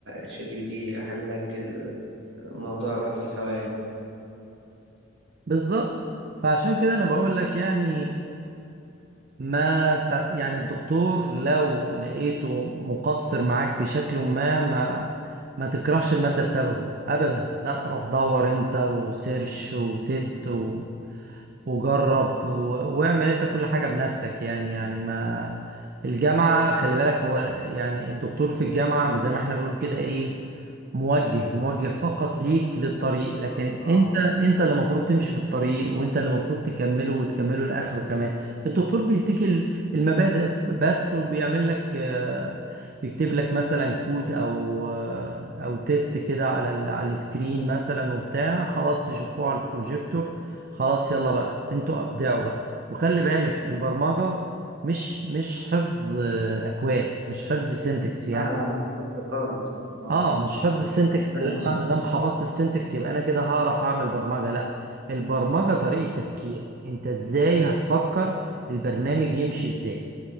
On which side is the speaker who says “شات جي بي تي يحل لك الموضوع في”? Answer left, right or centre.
Right